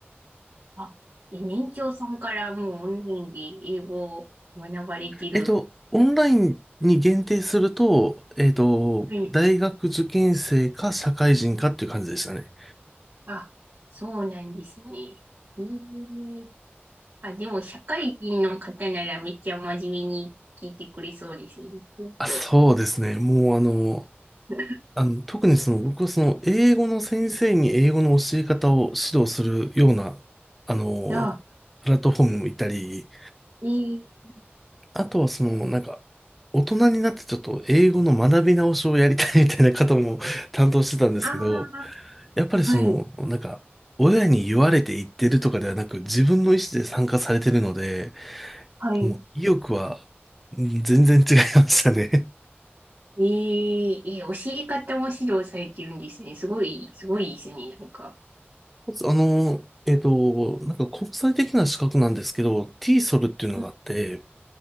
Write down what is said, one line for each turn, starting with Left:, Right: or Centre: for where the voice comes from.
Right: あ、え、年長さんからもうオンラインで英語を学ばれてる。
Centre: えっと、オンラインに限定すると、えっと、
Right: はい。
Centre: 大学受験生か社会人かっていう感じでしたね。
Right: あ、そうなんですね。ええあ、でも社会人の方ならめっちゃ真面目に聞いてくれそうですね。すごく。
Centre: あ、そうですね。もうあの、
Right: <laughs>
Centre: あの、特にその僕はその英語の先生に英語の教え方を指導するような、あの、
Right: あ、
Centre: プラットフォームもいたり、
Right: ええ
Centre: あとはその、なんか、大人になってちょっと英語の学び直しをやりたいみたいな方も <laughs> 担当してたんですけど、
Right: ああ、
Centre: やっぱりその、
Right: はい、
Centre: なんか、親に言われて言ってるとかではなく、自分の意思で参加されてるので、
Right: はい。
Centre: もう意欲はうん全然違いましたね。
Right: えええ、教え方も指導されてるんですね。すごい、すごいですね。なんか。
Centre: <laughs> あの、えっと、なんか国際的な資格なんですけど、t ィーソルっていうのがあって、
Right: はい。